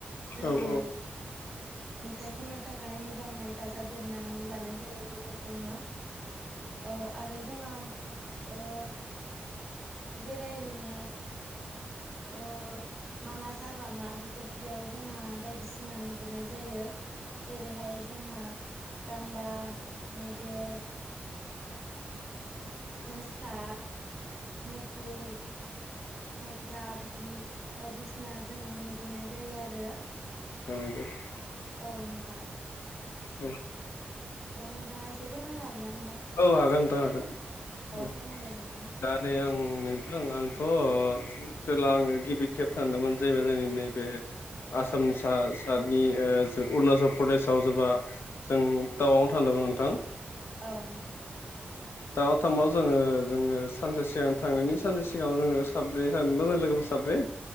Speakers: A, in the centre; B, on the left.
A: जोङो
B: औ औ
A: मेथाइ खननो थाखाय मोजाङै दाजाबदेरनानै लानाय जायो। बे फोरखौनो औ आरो जोंहा ओ बेरायहैनाया अ मानास हाग्रामा बेफोरदियाव जोंहा बायदिसिना नुबोनाय जायो। जेरैहाय जोंहा गान्दा, मैदेर मोसा, मुफुर मोख्रा बिदि बायदिसिना जोङो नुबोनाय जायो आरो।
B: खालामनांगौ <unintelligible>
A: औ नोंथां
B: औ
A: औ नोंथाङा एसे फोरमायनो हागोना नोंथां?
B: औ हागोन नोंथां हागोन औ
A: फोरमायलाय नोंथां
B: दा नै आं नोंथां आंथ' ओ जेला आङो गिबि खेब सानदोंमोन जेब जोंनि नैबे आसामनि साइडनि अरुणाचल प्रदेशआव जेब्ला जों तावां आव थांदोंमोन नोंथां
A: औ नोंथां
B: टावां थांबाबो जोङो जोङो सानसे सिगां थांनायनि सानसे सिगाङाव जोङो साब थांदों लोगोफोर साब्रे